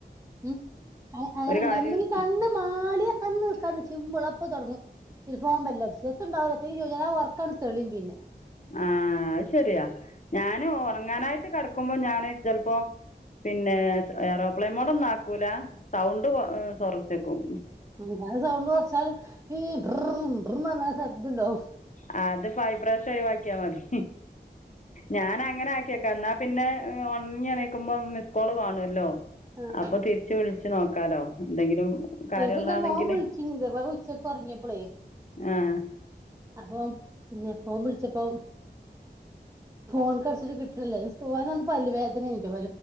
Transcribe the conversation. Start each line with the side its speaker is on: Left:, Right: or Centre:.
Right: ഉം, അങ്ങനെണ്ടാ
Left: ഒരു കാര്യം
Right: എന്തെങ്കി കണ്ണ് മാടിയ ഒന്ന് കണ്ണ് ചിമ്പിള അപ്പൊ തുടങ്ങും പിന്ന ഫോൺ ബല്ല് അടിച്ചു, എത്തുണ്ടാവ ഉറക്കങ്ങ്. തെളിയും പിന്നെ
Left: ആ ആ അത് ശെരിയാ, ഞാന് ഉറങ്ങാനായിട്ട് കടക്കുമ്പോ ഞൻ ചിലപ്പോ പിന്നെ എറോപ്പേൻ മൂഡ് ഒന്നും ആക്കൂല, സൗണ്ട് കുറച്ച് വയ്ക്കും
Right: ഉം, സൗണ്ട്‌ കുറച്ചാല് <unintelligible> ശബ്ദുണ്ടോ
Left: ആ, അത് വൈബ്രേഷൻ ആയി ആക്കിയാ മതി ഞാൻ അങ്ങനെ ആക്കിയക്ക എന്നാ പിന്നെ ഉറങ്ങി എണീക്കുമ്പോ മിസ് കോള് കാണുവല്ലോ
Right: ആഹ്
Left: അപ്പൊ തിരിച്ച് വിളിച്ച് നോക്ക നോക്കാലോ എന്തെങ്കിലും കാര്യള്ളാണെങ്കില്
Right: ഒരു ദിവസം എന്റെ മോൻ വിളിച്ച് ഉച്ചക്കെ ഉറങ്ങിയപ്പളേ
Left: ആഹ്
Right: അപ്പം പിന്നെ ഫോൺ വിളിച്ചപ്പം ഫോൺ കടിച്ചിട്ട് കിട്ടന്നില്ല, പല്ല് വേദന ഉണ്ട്,